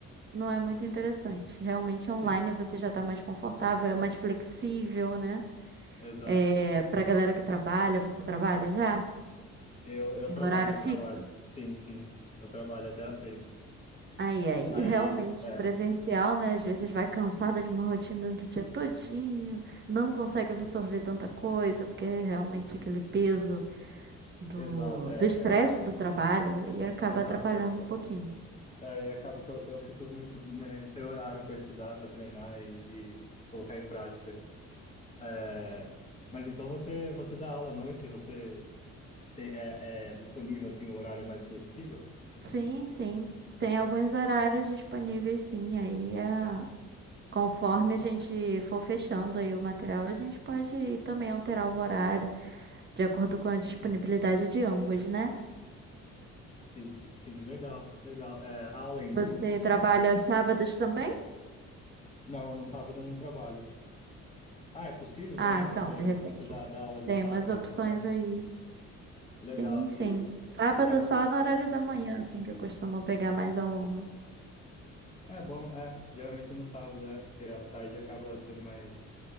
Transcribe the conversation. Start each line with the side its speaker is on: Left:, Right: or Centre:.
Right: Não é muito interessante. Realmente online
Left: Sim.
Right: você já tá mais confortável, é mais flexível, né?
Left: Exato.
Right: É, pra galera que trabalha, você trabalha já?
Left: Eu, eu
Right: Tem
Left: trabalho,
Right: horário
Left: eu
Right: fixo?
Left: trabalho. Sim, sim. Eu trabalho até às seis.
Right: Aí, aí,
Left: Aí,
Right: realmente,
Left: é,
Right: presencial, né? Às vezes vai cansada de uma rotina do dia todinho, não consegue absorver tanta coisa, porque realmente aquele peso do
Left: exato, é,
Right: do estresse
Left: é.
Right: do trabalho e acaba
Left: Exato.
Right: atrapalhando
Left: é.
Right: um pouquinho.
Left: É, e acaba que eu, eu fico muito né, sem horário para estudar, para treinar e, e colocar em prática. É, mas então você, você dá aula à noite, você tem, é, é disponível assim, o horário é mais flexível?
Right: Sim, sim, tem alguns horários disponíveis, sim, aí é. Conforme a gente for fechando aí o material, a gente pode também alterar o horário, de acordo com a disponibilidade de ambos, né?
Left: Sim, sim, legal, legal. É, a aula é em
Right: Você
Left: grupo?
Right: trabalha aos sábados também?
Left: Não, no sábado eu não trabalho. Ah, é possível
Right: Ah,
Left: também?
Right: então,
Left: Você,
Right: de repente
Left: você dá, dá aula de
Right: tem
Left: sábado?
Right: umas opções
Left: de- Ah,
Right: aí.
Left: legal.
Right: Sim, sim.
Left: E,
Right: Sábado
Left: e a par-
Right: só no horário da manhã, assim, que eu costumo pegar mais aluno.
Left: É bom, é, geralmente no sábado, é, porque a tarde acaba sendo mais,